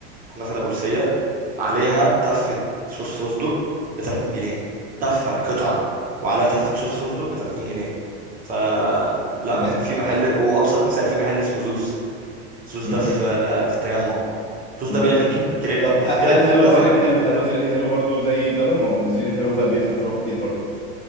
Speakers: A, on the right; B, on the left.
A: كنافه نابلسيه عليها تفه صوص فستق ب 30 جنيه تفه قطعه وعليها تفه صوص فستق ب 30 جنيه ف لا
B: ما
A: ما في في محل
B: آه.
A: وابسط مثال في محل اسمه زوس زوس
B: مم.
A: ده في في التجمع زوس
B: مم.
A: ده بيعمل كي- كريب
B: طب ه- هل
A: كريب
B: هل وزير
A: طبعا
B: الحلو هل وزير الحلو برضو زي بلبن ما هو وزير الحلو ف- بيفتح فروع كتير برضو